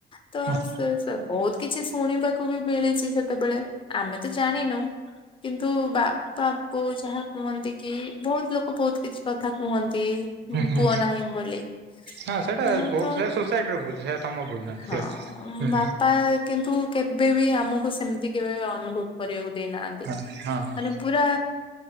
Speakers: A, on the left; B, on the right.
A: ତ
B: ହଁ
A: ତ ସେ ବହୁତ କିଛି ଶୁଣିବାକୁ ବି ମିଳିଛି ସେତେବେଳେ, ଆମେ ତ ଜାଣିନୁ କିନ୍ତୁ ବାପା ବୋଉ ଯାହା କୁହନ୍ତି କି, ବହୁତ ଲୋକ ବହୁତ କିଛି କଥା କୁହନ୍ତି,
B: ହୁଁ
A: ପୁଅ ନାହିଁ ବୋଲି।
B: ହଁ ସେଇଟା
A: ଆମର
B: ବହୁତ
A: ତ
B: ସେ ସୋସାଇଟିର ଭୁଲ ସେ ତମ ଭୁଲ ନାହିଁ
A: ହଁ
B: ସେ ହୁଁ
A: ବାପା କିନ୍ତୁ କେବେ ବି ଆମକୁ ସେମିତି କେବେ ଅନୁଭବ କରିଆକୁ ଦେଇନାହାନ୍ତି,
B: ହଁ ହଁ
A: ମାନେ ପୁରା